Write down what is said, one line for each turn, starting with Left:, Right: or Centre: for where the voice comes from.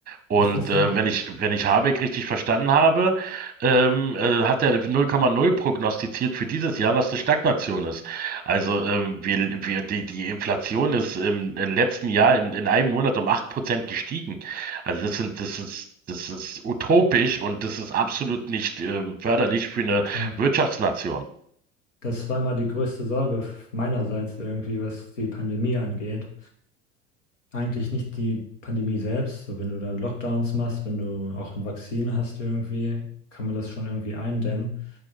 Right: Und
Left: Ist das
Right: äh,
Left: so?
Right: wenn ich, wenn ich Habeck richtig verstanden habe, ähm, äh, hat er 0,0 prognostiziert für dieses Jahr, was eine Stagnation ist. Also ähm, wir, wir, die, die Inflation ist im, im letzten Jahr in, in einem Monat um 8 Prozent gestiegen. Also das sind, das ist, das ist utopisch und das ist absolut nicht ähm, förderlich für eine
Left: Total.
Right: Wirtschaftsnation.
Left: Das war immer die größte Sorge meinerseits irgendwie, was die Pandemie angeht. Eigentlich nicht die Pandemie selbst. So, wenn du dann Lockdowns machst, wenn du auch ein Vakzin hast irgendwie, kann man das schon irgendwie eindämmen.